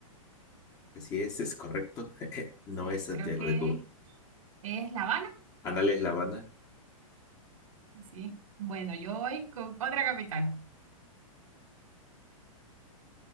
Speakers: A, on the left (about 20°); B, on the right (about 70°).
A: Así es, es correcto. <laughs> No
B: sí,
A: es Santiago
B: creo que
A: de Cuba.
B: es La Habana.
A: Ándale, es La Habana,
B: Sí. Bueno, yo voy con otra capital.